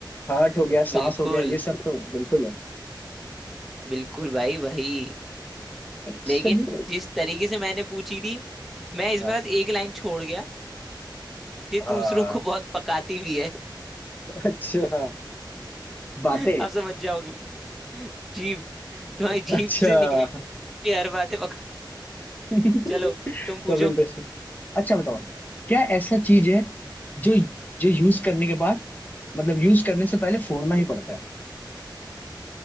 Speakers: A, on the left (about 20°); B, in the centre.
A: हार्ट हो गया
B: बिल्कुल
A: सांस हो गया ये सब तो बिल्कुल है
B: बिल्कुल भाई भाई
A: अच्छा
B: लेकिन
A: जी
B: जिस तरीके से मैंने पूछी थी मैं इसमें
A: हाँ
B: बस एक लाइन छोड़ गया ये
A: हाँ,
B: दूसरों को बहुत पकाती भी है
A: <laughs> अच्छा बातें
B: <laughs> आप समझ जाओगे जीभ तुम्हारी
A: अच्छा
B: जीभ से निकली हर बातें पका
A: <laughs>
B: चलो तुम पूछो
A: कभी इंटरेस्टिंग अच्छा बताओ क्या ऐसा चीज है जो जो यूज करने के बाद मतलब यूज करने से पहले फोड़ना ही पड़ता है